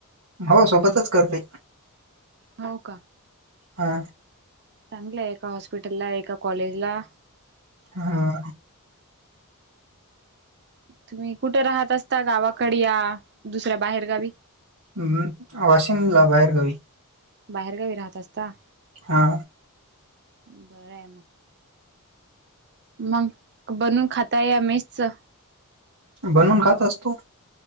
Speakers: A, on the right (about 65°); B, on the right (about 50°).
A: हो सोबतच करते.
B: हो. का?
A: हां.
B: चांगलं आहे, एका हॉस्पिटलला, एका कॉलेजला.
A: हा.
B: तुम्ही कुठे? राहत असता, गावाकड या दुसऱ्या बाहेरगावी.
A: हमं. वाशिम ला बाहेर गावी.
B: बाहेरगावी राहत असता.
A: हा..
B: बरं आहे मग. मग बनवून खाता या मेसचं.
A: बनवून खात असतो.